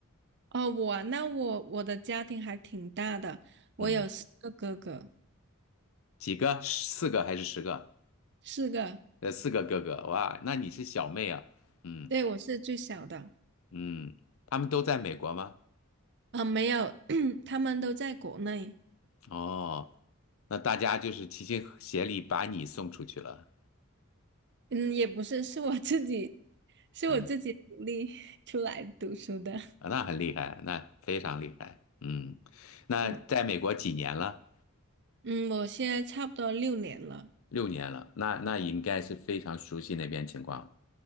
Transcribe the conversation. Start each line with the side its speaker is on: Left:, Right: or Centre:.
Right: 哦，我那我我的家庭还挺大的，我有四个哥哥，
Left: 嗯。几个？四个还是十个？
Right: 四个，
Left: 呃，四个哥哥，哇，那你是小妹啊？嗯
Right: 对，我是最小的。
Left: 嗯，他们都在美国吗？
Right: 啊，没有，<clears throat> 他们都在国内。
Left: 哦，那大家就是齐心协力把你送出去了。
Right: 嗯，也不是，是我自己，是我自己努力
Left: 嗯，
Right: <laughs> 出来读书的。<laughs>
Left: 啊那很厉害，那非常厉害。嗯，那在美国几年了？
Right: 嗯嗯，我现在差不多六年了。
Left: 六年了，那那应该是非常熟悉那边情况。